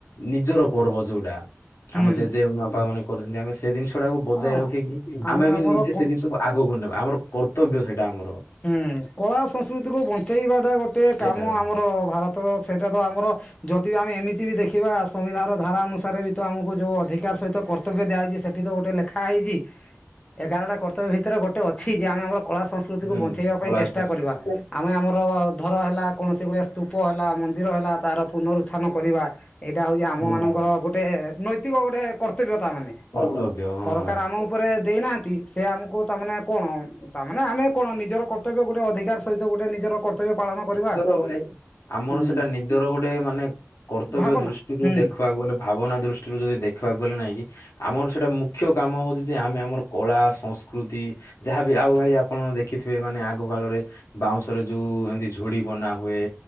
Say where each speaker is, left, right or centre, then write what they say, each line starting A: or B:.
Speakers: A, on the left; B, on the left.
A: ନିଜର ପର୍ବ ଯୋଉଟା
B: ହୁଁ
A: ଆମ ଜେଜେ ବାପା ମାନେ ଆମେ ସେ ଜିନିଷ ଟାକୁ ବଜାୟ
B: ହଁ
A: ରଖିକି ଆମେ ବି
B: ଆମର
A: ନିଜେ
B: କ
A: ସେ ଜିନିଷକୁ ଆଗକୁ ନେବା। ଆମର କର୍ତ୍ତବ୍ୟ ସେଇଟା ଆମର।
B: ହୁଁ କଳା ସଂସ୍କୃତିକୁୁ ବଞ୍ଚେଇବାଟା ଗୋଟେ
A: ସେଇଟା
B: କାମ
A: ହୁଁ
B: ଆମର ଭାରତର। ସେଇଟା ତ ଆମର ଯଦି ବି ଆମେ ଏମିତି ବି ଦେଖିବା ସମ୍ବିଧାନର ଧାରା ଅନୁସାରେ ବି ତ ଆମକୁ ଯେଉଁ ଅଧିକାର ସହିତ କରି କର୍ତ୍ତବ୍ୟ ଦିଆଯଛି ସେଠି ତ ଗୋଟେ ଲେଖା ହେଇଛି ଏଗାରଟା କର୍ତ୍ତବ୍ୟ ଭିତରେ ଗୋଟେ ଅଛି ଯେ ଆମେ ଆମର କଳା ସନ୍
A: ହୁଁ
B: ସଂସ୍କୃତି କୁ ବଞ୍ଚେଇବା
A: କଳା
B: ପାଇଁ ଚେଷ୍ଟା
A: ସଂସ୍କୃତି
B: କରିବା ଆମେ ଆମର ଧର ହେଲା କୌଣସି ଗୁଡିଏ ସ୍ତୂପ ହେଲା, ମନ୍ଦିର ହେଲା ତାର ପୁନରୁତ୍ଥାନ କରିବା। ଏଇଟା ହଉଛି
A: ହୁଁ
B: ଆମ ମାନଙ୍କର ଗୋଟେ ନୈତିକ ଗୋଟେ କର୍ତ୍ତବ୍ୟ। ତା ମାନେ
A: କର୍ତ୍ତବ୍ୟ ହଁ
B: ସରକାର
A: ଭାଇ।
B: ଆମ ଉପରେ ଦେଇନାହାନ୍ତି। ସେ ଆମକୁ ତାମାନେେ କଣ ତା ମାନେ ଆମେ କଣ ନିଜର କର୍ତ୍ତବ୍ୟ ଗୋଟେ ଅଧିକାର ସହିତ ଗୋଟେ ନିଜର କର୍ ପାଳନ କରିବା।
A: ନିଜର ଭାଇ ଆମର
B: ହୁଁ
A: ସେଟା ନିଜର ଗୋଟେ ମାନେ କର୍ତ୍ତବ୍ୟ
B: ଭାବନା
A: ଦୃଷ୍ଟିରୁ
B: ହୁଁ
A: ଦେଖିବାକୁ ଗଲେ ଭାବନା ଦୃଷ୍ଟିରୁ ଯଦି ଦେଖ ଦେଖିବାକୁ ଗଲେ ନାଇଁ କି? ଆମର ସେଇଟା ମୁଖ୍ୟ କାମ ହଉଛି ଯେ ଆମେ ଆମର କଳା, ସଂସ୍କୃତି ଯାହାବି ଆଉ ଭାଇ ଆପଣ ଦେଖିଥିବେ ମାନେ ଆଗ କାଳରେ ବାଉଁଶରେ ଯୋଉ ଏମତି ଝୁଡି ବନା ହୁଏ।